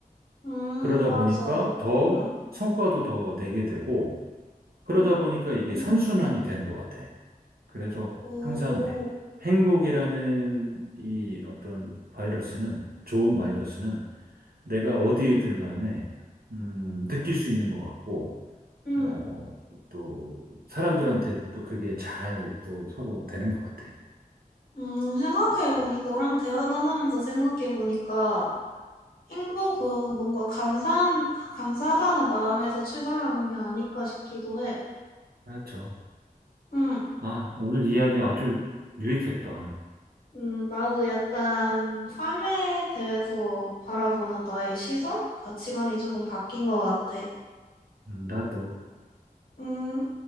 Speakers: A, on the left; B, on the right.
A: 응,
B: 그러다
A: 맞아.
B: 보니까 더
A: 응,
B: 성과도 더 내게 되고, 그러다
A: 응,
B: 보니까 이게
A: 응,
B: 선순환이 되는 것 같아. 그래서
A: 오,
B: 항상 행복이라는 이 어떤 바이러스는, 좋은 바이러스는 내가 어디에 있든 간에, 음, 느낄 수 있는 것 같고,
A: 응,
B: 뭐, 또, 사람들한테 또 그게 잘 또 서로 되는 것 같아.
A: 응, 생각해보니, 너랑 대화 나누면서 생각해보니까 행복은 뭔가 감사한, 감사하다는 마음에서 출발하는 게 아닐까 싶기도 해.
B: 맞죠.
A: 응.
B: 아, 오늘 이야기 아주 유익했다.
A: 음, 나도 약간 삶에 대해서 바라보는 나의 시선? 가치관이 조금 바뀐 것 같아.
B: 음, 나도.
A: 음,